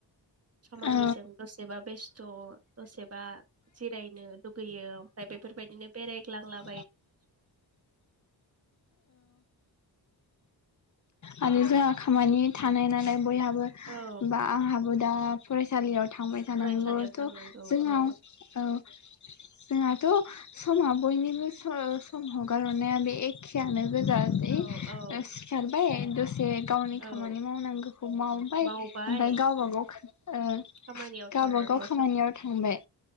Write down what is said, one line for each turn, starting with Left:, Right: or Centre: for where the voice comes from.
Right: खामानिजों
Left: औ
Right: दसेबा बेस्थ दसेबा जिरायनो लुगैयो ओमफ्राय बेफोरबायदिनो बेरायग्लांला
Left: <inaudible> आरो जोंहा खामानि थानाय नालाय बयहाब बो
Right: औ
Left: बा आंहाबो दा फरायसालियाव थांबाय थानांगौ
Right: फरायसालियाव
Left: थ
Right: थांनांगौ
Left: जोंहा
Right: औ
Left: औ। जोंहाथ समा बयनिबो स-सम हगार हरनाया बे एखेयानो गोजा जै
Right: औ
Left: ओ
Right: औ
Left: सिखारबाय। जे गावनि खामानि
Right: औ
Left: मावनांगौखौ मावबाय
Right: मावबाय
Left: ओमफ्राय गावबागाव
Right: उम,
Left: ओ
Right: खामानियाव
Left: गावबागाव
Right: थांनांगौ
Left: खामानियाव थांबाय।